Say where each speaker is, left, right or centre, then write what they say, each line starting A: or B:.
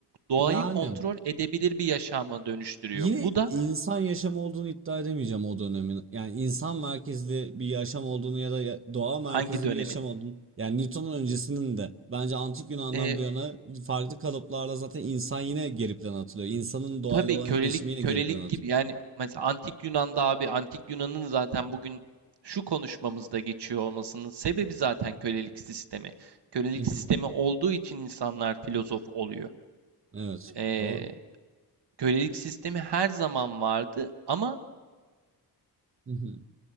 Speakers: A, on the right; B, on the right.
A: doğayı
B: Yani
A: kontrol edebilir bir yaşama dönüştürüyor.
B: Yine
A: Bu da
B: insan yaşamı olduğunu iddia edemeyeceğim o dönemin. Yani insan merkezli bir yaşam olduğunu ya da ya- doğa merkezli
A: hangi dönemin?
B: bir yaşam olduğunu. Yani Newton'un öncesinin de bence antik Yunan'dan
A: Ee,
B: bu yana farklı kalıplarla zaten insan yine geri plana atılıyor. İnsanın doğayla
A: Tabii
B: olan
A: kölelik
B: etkileşimi yine
A: kölelik
B: geri plana atılıyor.
A: gibi yani mesela antik Yunan'da abi antik Yunan'ın zaten bugün şu konuşmamızda geçiyor olmasının sebebi zaten kölelik sistemi. Kölelik
B: Mhm.
A: sistemi olduğu için insanlar filozof oluyor.
B: Evet,
A: Ee,
B: doğru.
A: kölelik sistemi her zaman vardı ama
B: Mhm.